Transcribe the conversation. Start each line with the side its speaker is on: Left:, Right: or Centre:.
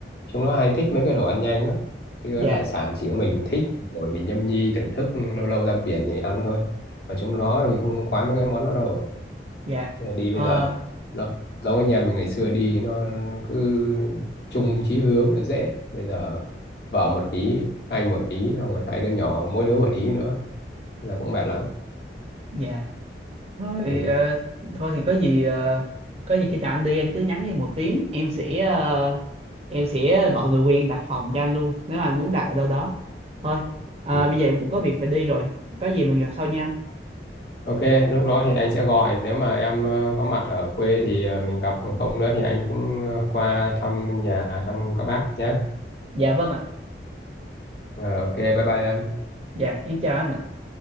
Left: chúng nó hay thích mấy cái đồ ăn nhanh lắm chứ
Right: dạ
Left: hải sản chỉ có mình thích rồi mình nhâm nhi thưởng thức lâu lâu ra biển thì ăn thôi mà chúng nó thì không khoái mấy cái món đó đâu
Right: dạ
Left: Bây giờ đi
Right: Ờ,
Left: bây giờ nó giống cái nhà mình ngày xưa đi nó cứ chung chí hướng là dễ bây giờ vợ một ý anh một ý xong rồi hai đứa nhỏ mỗi đứa một ý nữa là cũng mệt lắm
Right: dạ thôi thì,
Left: ừ.
Right: ờ, thôi thì có gì ờ, có gì khi nào anh đi anh cứ nhắn đi một tiếng em sẽ ờ, em sẽ gọi người quen đặt phòng cho anh luôn nếu mà anh muốn đặt ở đâu đó thôi à,
Left: Ừ.
Right: bây giờ em cũng có việc phải đi rồi có gì mình gặp sau nha anh
Left: ok lúc đó thì anh sẽ gọi nếu mà em ờ, có mặt ở quê thì ờ, mình gặp còn không nữa thì anh cũng ờ, qua thăm nhà thăm các bác nhé
Right: dạ vâng ạ
Left: Ờ, ok bye bye em
Right: dạ em chào anh ạ